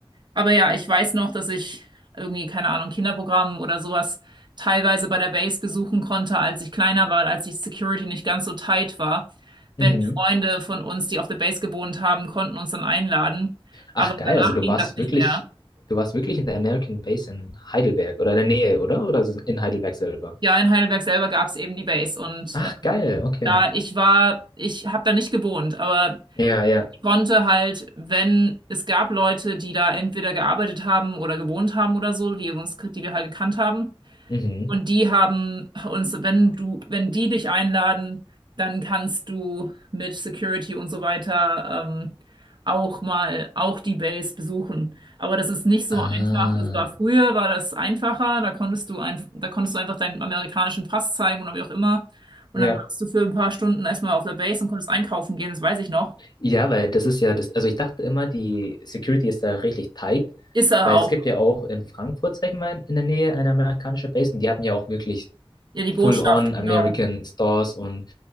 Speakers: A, on the right; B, on the left.
A: Aber ja, ich weiß noch, dass ich irgendwie, keine Ahnung, Kinderprogramm oder sowas teilweise bei der Base besuchen konnte, als ich kleiner war, als die Security nicht ganz so tight war. Wenn
B: Mhm.
A: Freunde von uns, die auf der Base gewohnt haben, konnten uns dann einladen.
B: Ach
A: Aber
B: geil,
A: danach
B: also du
A: ging
B: warst
A: das nicht
B: wirklich,
A: mehr.
B: du warst wirklich in der American Base in Heidelberg oder in der Nähe, oder? Oder ist es in Heidelberg selber?
A: Ja, in Heidelberg selber gab es eben die Base und
B: Ach geil,
A: ähm,
B: okay.
A: da ich war, ich habe da nicht gewohnt, aber
B: Ja, ja.
A: ich konnte halt, wenn es gab Leute, die da entweder gearbeitet haben oder gewohnt haben oder so, die uns, die wir halt gekannt haben,
B: Mhm.
A: und die haben uns, wenn du, wenn die dich einladen, dann kannst du mit Security und so weiter ähm, auch mal auch die Base besuchen. Aber das ist nicht so
B: Ah,
A: einfach. Das war früher, war das einfacher. Da konntest du ein, da konntest du einfach deinen amerikanischen Pass zeigen oder wie auch immer. Und
B: ja.
A: dann warst du für ein paar Stunden erstmal auf der Base und konntest einkaufen gehen. Das weiß ich noch.
B: Ja, weil das ist ja das, also ich dachte immer, die Security ist da richtig tight,
A: Ist er
B: weil
A: auch.
B: es gibt ja auch in Frankfurt, sag ich mal, in der Nähe eine amerikanische Base und die haben ja auch wirklich
A: Ja, die
B: full-on
A: Botschaft,
B: American
A: genau.
B: Stores und